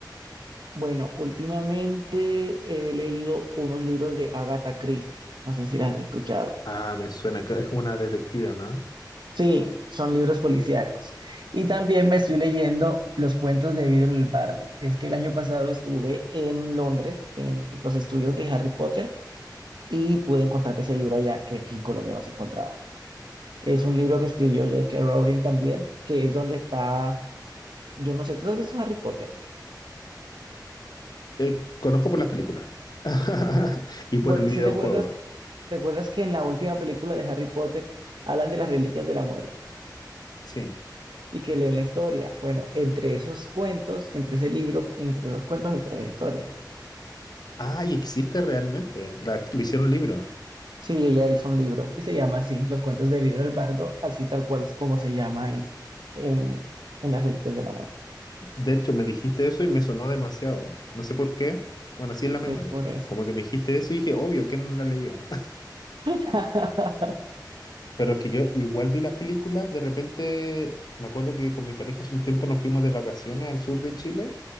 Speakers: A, on the right (about 80°); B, on the left (about 60°).
A: bueno, últimamente he leído unos libros de Agatha Christie. No sé si las has escuchado.
B: Ah, me suena que es una detective, ¿no?
A: Sí, son libros policíacos. Y también me estoy leyendo Los cuentos de Vidro el Bardo. Es que el año pasado estuve en Londres, en los estudios de Harry Potter, y pude encontrar ese libro allá que aquí en Colombia no se encontraba. Es un libro que escribió J.K. Rowling también, que es donde está, yo no sé, ¿tú has visto Harry Potter?
B: Eh, conozco por las películas. <laughs> Y
A: Bueno,
B: por el videojuego,
A: si recuerdas, recuerdas que en la última película de Harry Potter hablan de las reliquias de la muerte
B: sí.
A: y que leen la historia. Bueno, entre esos cuentos, entre ese libro, entre esos cuentos está la historia.
B: Ay, existe realmente. La, lo hicieron libro.
A: Sí, ella hizo un libro y se llama así, Los cuentos de Vidro del Bardo, así tal cual es como se llama en, en, en las Reliquias de la Muerte.
B: De hecho, me dijiste eso y me sonó demasiado. No sé por qué. Bueno, así es la memoria.
A: Es por eso.
B: Como que me dijiste eso y dije, obvio, que no la leído?
A: <laughs>
B: <laughs> Pero es que yo igual vi las películas. De repente, me acuerdo que con mi pareja hace un tiempo nos fuimos de vacaciones al sur de Chile